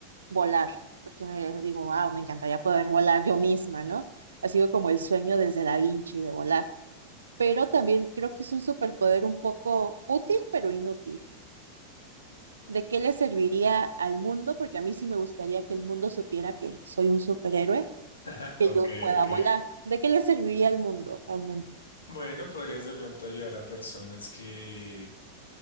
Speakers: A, on the right; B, on the left.
A: volar, porque me digo, wow, me encantaría poder volar yo misma, ¿no? Ha sido como el sueño desde Da Vinci de volar, pero también creo que es un superpoder un poco útil, pero inútil. ¿De qué le serviría al mundo? Porque a mí sí me gustaría que el mundo supiera que soy un superhéroe
B: <laughs>
A: que
B: Ok,
A: yo pueda
B: ok.
A: volar. ¿De qué le serviría al mundo realmente?
B: Bueno, podrías de pronto ayudar a personas que